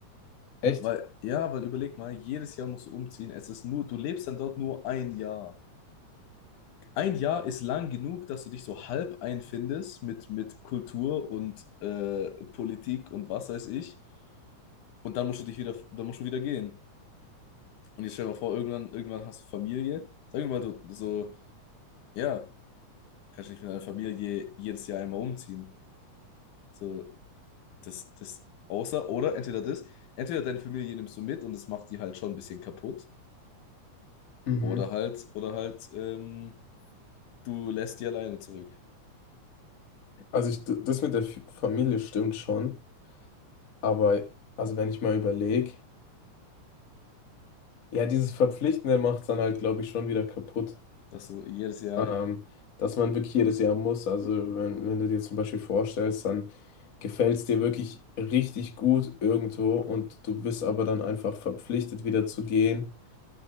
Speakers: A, on the left; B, on the left.
A: Echt?
B: Weil, ja, weil überleg mal, jedes Jahr musst du umziehen. Es ist nur, du lebst dann dort nur ein Jahr. Ein Jahr ist lang genug, dass du dich so halb einfindest mit, mit Kultur und äh, Politik und was weiß ich. Und dann musst du dich wieder, dann musst du wieder gehen. Und jetzt stell dir mal vor, irgendwann, irgendwann hast du Familie. Sag mir mal, du so, ja, kannst du nicht mit deiner Familie jedes Jahr einmal umziehen. So, das, das, außer, oder entweder das, entweder deine Familie nimmst du mit und das macht die halt schon ein bisschen kaputt.
A: Mhm.
B: Oder halt, oder halt, ähm, du lässt die alleine zurück.
A: Also ich, d- das mit der F- Familie stimmt schon, aber also wenn ich mal überlege, ja, dieses Verpflichtende macht es dann halt, glaube ich, schon wieder kaputt.
B: Dass du jedes Jahr,
A: ähm, dass man wirklich jedes Jahr muss. Also wenn, wenn du dir zum Beispiel vorstellst, dann gefällt es dir wirklich richtig gut irgendwo und du bist aber dann einfach verpflichtet, wieder zu gehen,